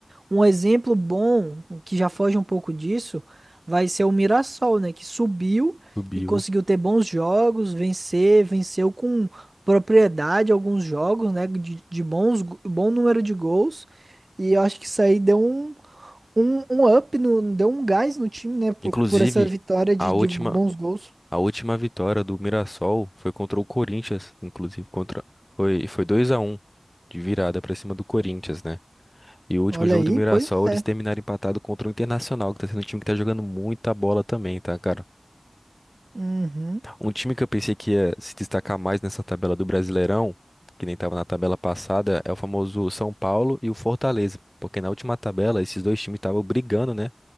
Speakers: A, on the right; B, on the left.
A: Um exemplo bom, que já foge um pouco disso, vai ser o Mirassol, né? Que subiu
B: Subiu.
A: e conseguiu ter bons jogos, vencer, venceu com propriedade alguns jogos, né? De, de bons, go- bom número de gols. E eu acho que isso aí deu um, um, um up, no, deu um gás no time, né? Por,
B: Inclusive,
A: por essa vitória de,
B: a última,
A: de bons gols.
B: A última vitória do Mirassol foi contra o Corinthians, inclusive contra foi foi 2 a um de virada pra cima do Corinthians, né? E o último
A: Olha
B: jogo
A: aí,
B: do Mirassol,
A: pois
B: eles
A: é.
B: terminaram empatado contra o Internacional, que tá sendo um time que tá jogando muita bola também, tá, cara?
A: Uhum.
B: Um time que eu pensei que ia se destacar mais nessa tabela do Brasileirão, que nem tava na tabela passada, é o famoso São Paulo e o Fortaleza, porque na última tabela esses dois times estavam brigando, né?